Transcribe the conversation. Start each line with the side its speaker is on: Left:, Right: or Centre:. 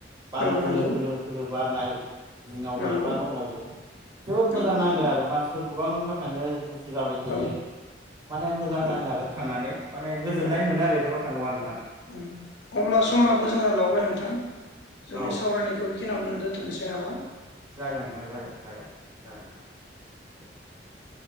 Right: बार
Left: औ
Right: खोलो
Left: नंगौ
Right: खोलो खोलो बारनाय जिङाव
Left: नंगौ
Right: गाग्रा दंलायो। जोबोद
Left: नंगौ
Right: मोजां नांदों
Left: नोंथां
Right: आरो मानसिफोर गोबांबा थाङो जाबाय थायो
Left: औ औ
Right: माने मोजां
Left: औ
Right: नाङो आरो थांनानै माने गोजोननाय
Left: ओ
Right: मोनो आरो बेफोराव थाङोबा नोंथां
Left: अब्ला समाबो जोंहा लावबाय नोंथां जोंनि
Right: औ
Left: सावरायनायखौ बेखिनियावनो दोनथ'नोसै नामा?
Right: जागोन नोंथां जागोन जोगोन जागोन नोंथां।